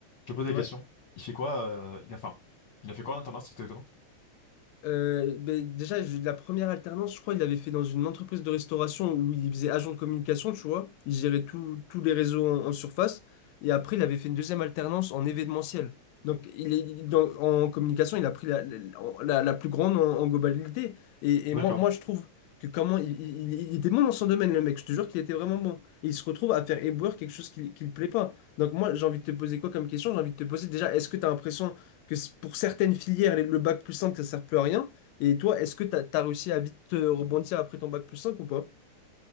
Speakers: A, on the left; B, on the left.
A: Je te pose la
B: Ouais.
A: question. Il fait quoi, euh, il a, enfin, il a fait quoi en alternance exactement?
B: Euh, ben, déjà, j'ai eu de la première alternance, je crois, il l'avait fait dans une entreprise de restauration où il faisait agent de communication, tu vois. Il gérait tout- tous les réseaux en, en surface. Et après, il avait fait une deuxième alternance en événementiel. Donc, il est, il- dans- en communication, il a pris la, la, la- la plus grande en, en globalité. Et, et
A: D'accord.
B: moi, moi, je trouve que comment. Il, il- il était bon dans son domaine, le mec. Je te jure qu'il était vraiment bon. Et il se retrouve à faire éboueur quelque chose qui ne lui plaît pas. Donc, moi, j'ai envie de te poser quoi comme question? J'ai envie de te poser déjà, est-ce que tu as l'impression que c- pour certaines filières, le bac plus 5 ça sert plus à rien. Et toi, est-ce que t'as, t'as réussi à vite euh, rebondir après ton bac plus cinq ou pas?